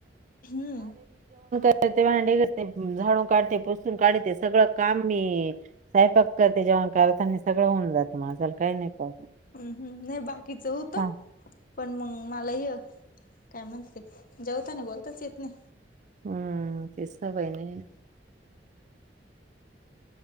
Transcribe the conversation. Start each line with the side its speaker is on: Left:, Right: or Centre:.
Left: हम.
Right: ते भांडी घासते, झाडू काढते, पुसून काढते, सगळं काम नीट स्वयंपाक करते जेवण करतांनी सगळं होऊन जातं माझ काही नाही. प्रॉब्लेम
Left: हम हम नाही बाकीच होतं
Right: हा
Left: पण मग मलाय त्यामधे जेवतांना बोलताच येत नाही.
Right: हम ते सवय नाही.